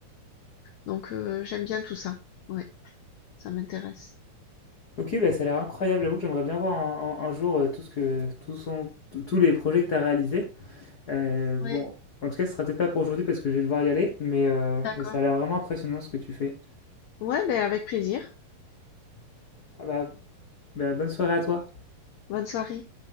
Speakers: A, on the left; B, on the left.
A: Donc, heu, j'aime bien tout ça. Ouais, ça m'intéresse.
B: Ok, bah, ça a l'air incroyable. J'avoue que j'aimerais bien voir un, un- un jour euh, tout ce que, tout son- tous les projets que tu as réalisés. Euh, bon,
A: Ouais,
B: en tout cas, ce sera peut-être pas pour aujourd'hui parce que je vais devoir y aller, mais, euh,
A: d'accord.
B: mais ça a l'air vraiment impressionnant ce que tu fais.
A: Ouais, beh, avec plaisir.
B: Ah bah, bah, bonne soirée à toi.
A: Bonne soirée.